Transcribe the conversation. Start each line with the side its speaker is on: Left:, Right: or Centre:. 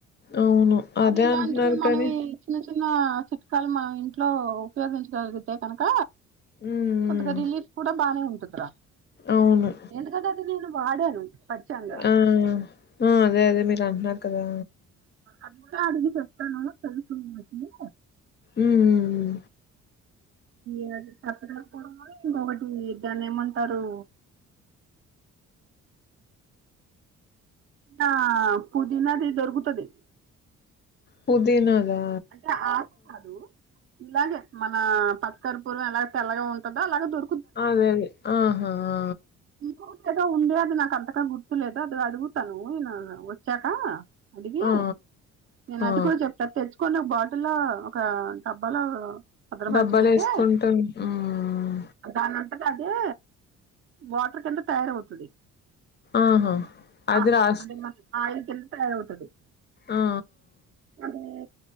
Left: అవును అదే
Right: అది ఇలాంటివి
Left: అంటున్నారు
Right: మనవి
Left: కానీ
Right: చిన్న చిన్న చిట్కాలు మా ఇంట్లో ఉపయోగించుకొగలిగితే కనక
Left: ఉమ్ ఉమ్
Right: కొంతగా రిలీఫ్ కూడా బానే ఉంటదిరా
Left: అవును
Right: ఎందుకంటే అది నేను వాడాను స్వచ్ఛంగ
Left: మ్మ్ మ్ అదే అదే మీరు అంటున్నారు కదా
Right: అంతా అడిగి చెప్తాను తెలుసున్ లే
Left: ఉమ్ ఉమ్
Right: ఏర్ సత్తరేకపోవడం వల్ల పొగొట్టింది దాన్ని ఏమంటారు ఆ పుదీనాది దొరుకుతది
Left: పుదీనదా
Right: అంటే ఆకు కాదు ఇలాగే మన పచ్చకర్పూరం ఎలాగ తెల్లగా ఉంటందో అలాగ దొ
Left: అదే అదే ఆహా ఆ
Right: ఇంకోటేదో ఉంది అది నాకు అంతగా గుర్తులేదు అది అడుగుతాను నేను వచ్చాక అడగీ
Left: ఆ
Right: నేను
Left: ఆ.
Right: అది కూడా చెప్తా తెచ్చు కొన్న బాటిల ఒక డబ్బాల భద్రపరచుకుంటే
Left: డబ్బాలు వేసుకుంటాం ఉమ్
Right: దాని అంతట అదే వాటర్ కింద తయారవుతది
Left: ఆహా అది
Right: ఆ
Left: రాస్
Right: అంటే మన్ ఆయిల్ కింద తయారవుతది
Left: ఆ ఆ
Right: అదే